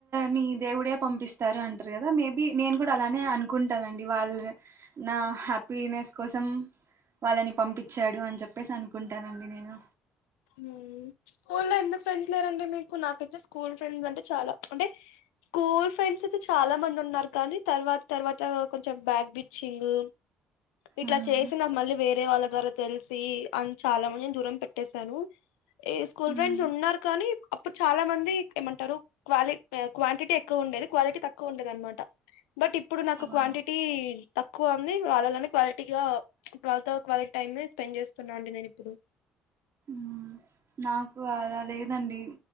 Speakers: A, on the right (about 45°); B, on the left (about 75°).
A: నీ దేవుడే పంపిస్తారు అంటారు కదా మేబీ నేను ప్పుడు అలానే అనుకుంటానండి వాళ్ళ నా హ్యాపీనెస్ కోసం వాళ్ళని పంపించాడు అని చెప్పేసి అనుకుంటానండి నేను
B: మ్మ్ స్కూల్లో ఎంత ఫ్రెండ్స్ లేరండి మీకు నాకైతే స్కూల్ ఫ్రెండ్స్ అంటే చాలా అంటే స్కూల్ ఫ్రెండ్స్ అయితే చాలా మంది ఉన్నారు కానీ తర్వాత తర్వాత కొంచెం బ్యాగ్ బిచింగ్ ఇట్లా
A: ఉమ్
B: చేసి నాకు మళ్ళీ వేరే వాళ్ళ తెలిసి అని చాలా మందిని దూరం పెట్టేస్త సను ఈ స్కూల్
A: ఉమ్
B: ఫ్రెండ్స్ ఉన్నారు కానీ ఇప్పుడు చాలా మంది ఏమంటారు క్వాలి క్వాంటిటీ ఎక్కువ ఉండేది క్వాలిటీ తక్కువ ఉండేది అనమాట బట్ ఇప్పుడు నాకు క్వాంటిటీ
A: ఆ
B: తక్కువ ఉంది వాళ్ళలో క్వాలటీ గా వాళ్ళతో కనెక్ట్ టైమ్ లో స్పెండ్ చేస్తున్నా అండి నేను ఇప్పుడు
A: మ్మ్ నాకు అలా లేదండి